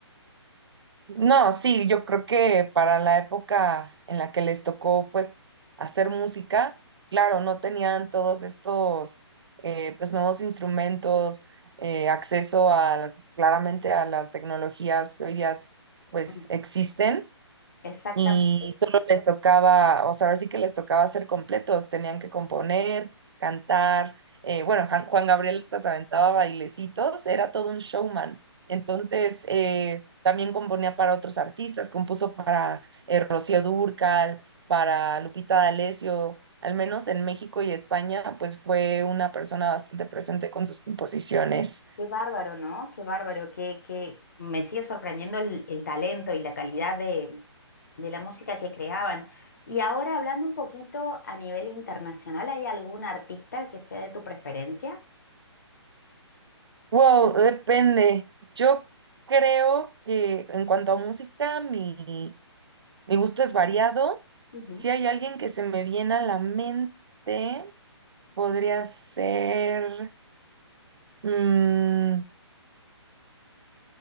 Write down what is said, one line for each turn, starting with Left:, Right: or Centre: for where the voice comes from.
Right: No, sí, yo creo que para la época en la que les tocó pues hacer música, claro, no tenían todos estos eh, pues nuevos instrumentos, eh, acceso a las, claramente a las tecnologías que hoy día pues
Left: Mm.
Right: existen
Left: Exactamente.
Right: y solo les tocaba, o sea, ahora sí que les tocaba ser completos, tenían que componer, cantar, eh, bueno, Jan- Juan Gabriel hasta se aventaba bailecitos, era todo un showman. Entonces, eh, también componía para otros artistas, compuso para eh, Rocío Dúrcal, para Lupita D'Alessio, al menos en México y España, pues fue una persona bastante presente con sus composiciones.
Left: Qué bárbaro, ¿no? Qué bárbaro, que, que me sigue sorprendiendo el, el talento y la calidad de, de la música que creaban. Y ahora hablando un poquito a nivel internacional, ¿hay algún artista que sea de tu preferencia?
Right: Wow, depende. Yo creo que en cuanto a música, mi, Mi gusto es variado.
Left: Ujú.
Right: Si hay alguien que se me viene a la mente, podría ser... mm,